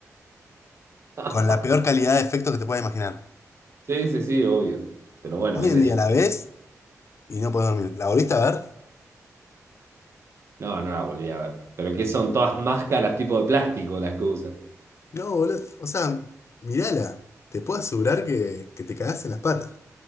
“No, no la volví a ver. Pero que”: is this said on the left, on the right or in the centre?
Right